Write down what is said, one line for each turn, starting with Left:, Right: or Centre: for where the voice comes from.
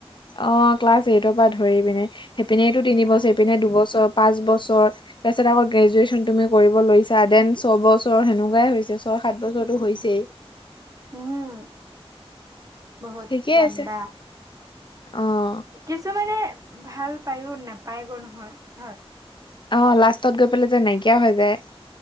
Left: অ', ক্লাছ এইটৰ পৰা ধৰি পিনে সেইপিনেটো তিনিবছৰ
Right: উম
Left: সপিনে দুবছৰ পাঁচ বছৰ। তাৰপিছত আকৌ গ্ৰেজুৱেশচন তুমি কৰিব লৈছা দেন ছয়বছৰৰ সেনেকুৱাই হৈছে ছয় সাত বছৰতো হৈছেই।
Right: উম, বহুত
Left: ঠিকেই
Right: লাম্বা।
Left: আছে অ',
Right: কিছুমানে ভাল পায়ো নাপায়গৈ নহয় হয়।
Left: অ', লাষ্টত গৈ পেলাই যে নাইকিয়া হৈ যায়।